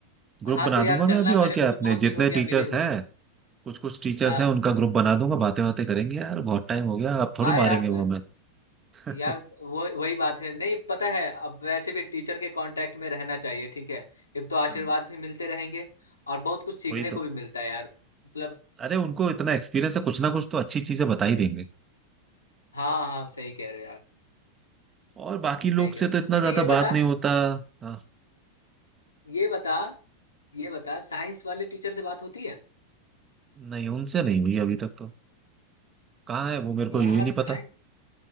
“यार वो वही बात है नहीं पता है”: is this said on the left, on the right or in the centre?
Left